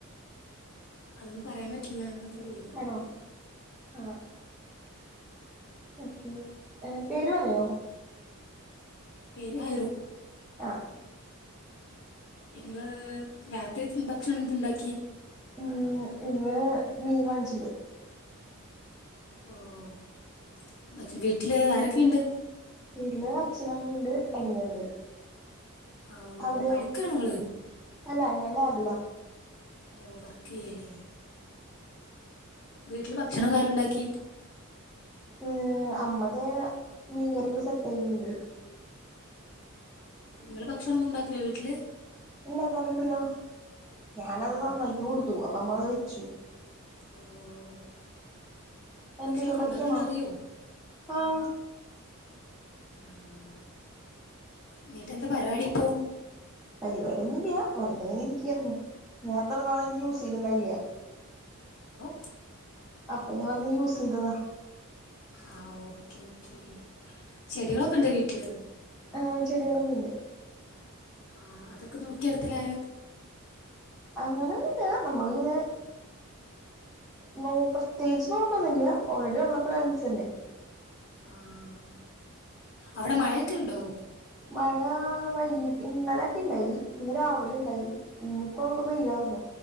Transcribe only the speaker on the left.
അതൊന്നും പറയാൻ പറ്റില്ല അങ്ങനൊന്നല്ലേ
പേര് ഹയറു
നിങ്ങള് രാത്രിത്തെ ഭക്ഷണം എന്തുണ്ടാക്കിയെ
ഓഹ് പക്ഷെ വീട്ടില് ആരൊക്കെയുണ്ട്
ഓ
പഠിക്കുകയാണ് നിങ്ങൾ
പ്പോ വർക്ക്യ്യലേ വീട്ടില് ഭക്ഷണൊക്കെ ആര്ണ്ടാക്കി
നിങ്ങള് ഭക്ഷണ ഒന്നുണ്ടാക്കില്ലേ വീട്ടില്
ആ
ഓഹ്
ഭക്ഷണൊക്കെ
ഉണ്ടാക്കാൻ അറിയോ
ആഹ് എന്നിട്ടെന്താ പരിപാടിയിപ്പോ
ഓഹ്
ആഹ് ഓക്കേ ഓക്കേ ചെടികളൊക്കെണ്ടോ വീട്ടില്
ആഹ് അതൊക്കെ നോക്കിട്ത്തല് ആരാ
ആഹ് അവിടെ മയൊക്കെ ഉണ്ടോ